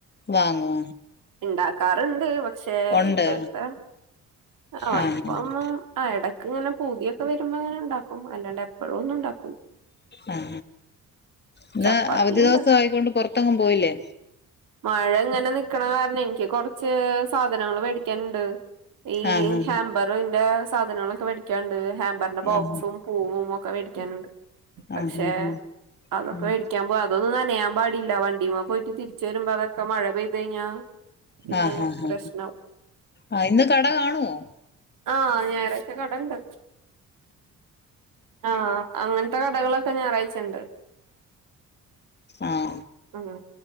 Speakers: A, on the left (about 30°); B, on the right (about 70°).
A: വാങ്ങോ
B: ഉണ്ടാക്കാറുണ്ട് പക്ഷെ
A: ഉണ്ട്
B: ഇപ്പോഴത്തെ ആ
A: ആഹ്
B: ഇപ്പം
A: ആഹ്
B: ആ ഇടയ്ക്ക് ഇങ്ങനെ പൂതിയൊക്കെ വരുമ്പോ അങ്ങനെ ഉണ്ടാക്കും അല്ലാണ്ട് എപ്പോഴും ഒന്നും <unintelligible>
A: ആഹ ഇന്ന്
B: ചപ്പാത്തി
A: അവധി
B: ഉണ്ടാ
A: ദിവസ ആയിക്കൊണ്ട് പൊറത്തങ്ങും പോയില്ലേ
B: മഴ ഇങ്ങനെ നിക്കണകാരണം എനിക്ക് കൊറച്ച് സാധനങ്ങൾ മേടിക്കാനുണ്ട് ഈ
A: ആഹ്
B: ഹാമ്പറിന്റെ സാധനങ്ങളൊക്കെ മേടിക്കാണ്ട് ഹാമ്പറിന്റെ ബോക്സും
A: ആഹ്
B: പൂവും <unintelligible> <unintelligible> പക്ഷെ
A: ആഹ് ആഹ് ആഹ്
B: അതൊക്കെ
A: ഉം
B: മേടിക്കാൻ <unintelligible> അതൊന്ന <unintelligible> <unintelligible> വണ്ടി പോയിട്ട് തിരിച്ച വരുമ്പോ അതൊക്കെ മഴ പെയ്ത് കഴിഞ്ഞാ പിന്നെ
A: ആഹ് ഹാ ഹാാ
B: പ്രശ്നാവും
A: ആ ഇന്ന് കട കാണുവോ
B: ആഹ ഞായറാഴ്ച കട ഇണ്ട് ആഹ അങ്ങനത്തെ കടകളൊക്കെ ഞാറായ്ച്ച്ണ്ട്
A: ആഹ
B: ആന്ന